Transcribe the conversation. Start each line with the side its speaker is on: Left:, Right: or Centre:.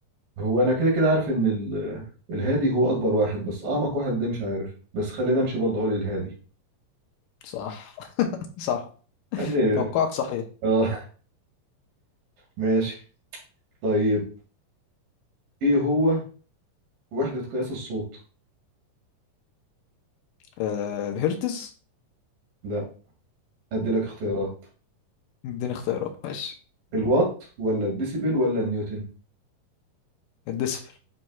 Right: هو أنا كده كده عارف إن ال- الهادي هو أكبر واحد بس أعمق واحد ده مش عارف بس خلينا أمشي برضه أقول الهادي
Left: صح <laughs> صح
Right: يا ابني
Left: توقعك صحيح
Right: آه ماشي طيب ايه هو وحدة قياس الصوت
Left: آه الهرتز
Right: لا ادي لك اختيارات
Left: اديني اختيارات ماشي
Right: الوات ولا الديسيبل ولا النيوتن
Left: الديسبل